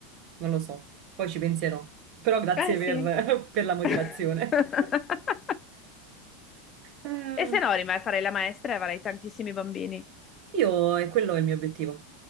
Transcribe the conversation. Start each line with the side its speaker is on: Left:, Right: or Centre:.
Right: non lo so. Poi ci penserò. Però grazie
Left: Eh
Right: per,
Left: sì.
Right: <laughs> per la motivazione.
Left: <laughs>
Right: <laughs> Eh,
Left: E se no, rimani a fare la maestra e avrai tantissimi bambini.
Right: Io, e quello è il mio obiettivo.